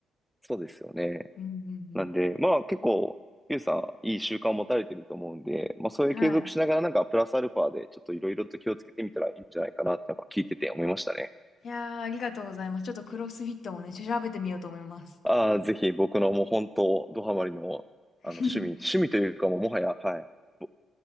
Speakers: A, in the centre; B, on the left.
A: そうですよね。
B: うんうんうん。
A: なんで、まあ結構、ゆうさん、いい習慣を持たれてると思うんで、まあそういう継続しながらなんかプラスアルファでちょっといろいろと気をつけてみたらいいんじゃないかなってなんか聞いてて思いましたね。
B: はい。いやー、ありがとうございます。ちょっとクロスフィットもね、調べてみようと思います。
A: ああ、ぜひ僕のもう本当、ドハマりの、
B: <laughs>
A: あの、趣味、趣味というかもうもはや、はい。ぼ